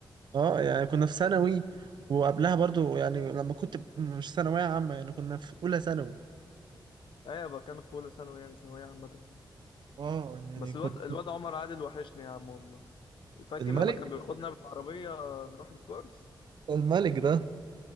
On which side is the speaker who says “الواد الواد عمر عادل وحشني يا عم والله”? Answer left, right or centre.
Left